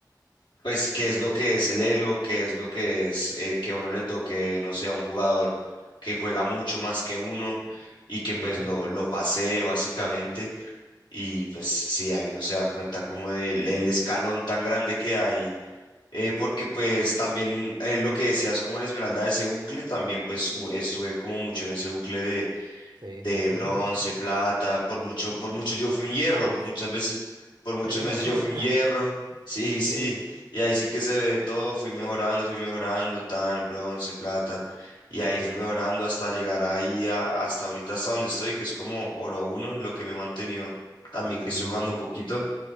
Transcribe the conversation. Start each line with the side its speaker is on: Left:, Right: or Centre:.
Left: pues, qué es lo que es el elo, qué es lo que es eh, que a uno le toque, no sé, a un jugador que juega mucho más que uno y que pues
Right: Ujú.
Left: lo, lo pasee básicamente.
Right: Sí,
Left: Y pues sí, ahí uno se da cuenta como del el escalón tan grande que hay. eh, porque pues también eh, lo que decías como en Esmeralda, ese bucle, también pues u- estuve como mucho en ese bucle de
Right: sí,
Left: de
Right: sí, sí.
Left: bronce,
Right: <laughs>
Left: plata, por mucho, por mucho yo fui un hierro,
Right: Oh,
Left: por muchas veces, por muchos
Right: el elogel.
Left: meses yo fui un
Right: <laughs>
Left: hierro, <laughs> sí,
Right: Sí.
Left: sí, y ahí sí que se ve todo, fui mejorando, fui mejorando, tan, bronce, plata, y ahí
Right: Mm,
Left: fui mejorando hasta llegar ahí, a- hasta ahorita, hasta donde estoy, que es como oro uno, en lo que me he mantenido también, que estoy
Right: ujú.
Left: jugando poquito,